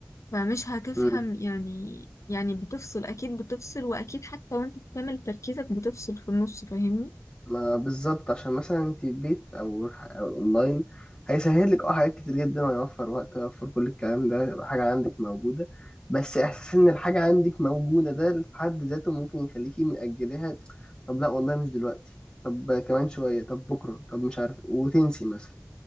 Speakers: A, on the left; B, on the left.
A: فمش هتفهم
B: مم.
A: يعني يعني بتفصل اكيد بتفصل واكيد حتى وانت بتعمل تركيزك بتفصل في النص فاهمني
B: ما بالظبط عشان مثلا انت البيت او أو اونلاين هيسهل لك اه حاجات كتير جدا ويوفر وقت ويوفر كل الكلام ده يبقى حاجة عندك موجودة بس احساس ان الحاجة عندك موجودة ده في حد ذاته ممكن يخليكي مأجلها طب لا والله مش دلوقتي طب كمان شوية طب بكرة طب مش عارف وتنسي مثلا